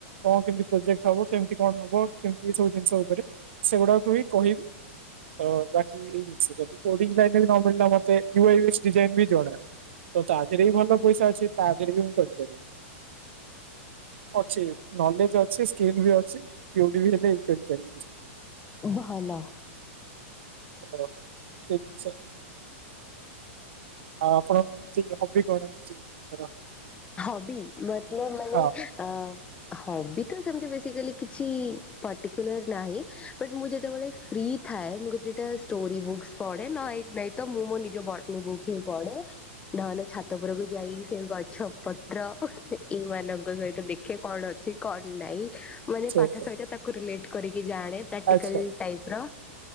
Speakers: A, on the right (about 60°); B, on the left (about 15°).
A: କଣ କେମିତି ପ୍ରୋଜେକ୍ଟ ହବ କେମିତି କଣ ହବ କେମତି ଏ ସବୁ ଜିନିଷ ଉପରେ ସେଗୁଡାକୁ ବି କହିବି। ତ ବାକି ଏଇ ଜିନିଷ ଯଦି କୋଡିଂ ଲାଇନ ନ ମିଳିଲା ମତେ ୟୁଆଇସ ଡିଜାଇନ ବି ଜଣା। ତ ତା ଦେହରେ ବି ଭଲ ପଇସା ଅଛି ତା ଦେହରେ ବି ମୁଁ କରିପାରିବି। ଅଛି ନଲେଜ୍ ଅଛି ସ୍କିଲ୍ ବି ଅଛି କେଉଠି ବି ହେଲେ। <unintelligible>
B: ଭଲ
A: ଆଉ ସେ ଜିନିଷ। ହଁ ଆପଣ ଏମିତି ହବି କଣ ଏମତି <unintelligible>
B: ହବି ମତଲବ୍ ମାନେ
A: ହଁ ହଁ
B: ଅ ହବି ତ ସେମିତି ବେଶିକାଲି କିଛି ପଟିକୁଲାର୍ ନାହିଁ ବଟ୍ ମୁଁ ଯେତେବେଳେ ଫ୍ରି ଥାଏ। ମୁଁ କେତେଟା ଷ୍ଟୋରି ବୁକ୍ସ ପଢେ ନ ନାଇ ମୁଁ ମୋ ନିଜ ବଟ୍ନି ବୁକ୍ ହିଁ ପଢେ। ନହେଲେ ଛାତଉପୁରକୁ ଯାଇ ସେ ଗ ଛପତ୍ର ଏଇ ମାନଙ୍କ ସହିତ ଦେଖେ କଣ ଅଛି କଣ ନାଇଁ। ମାନେ
A: ଆଚ୍ଛା
B: ପାଠ ସହିତ ତାକୁ ରିଲେଟ୍ କରିକି ଜାଣେ। ପ୍ରାକ୍ଟିକାଲ
A: ଆଚ୍ଛା
B: ଟାଇପ୍ ର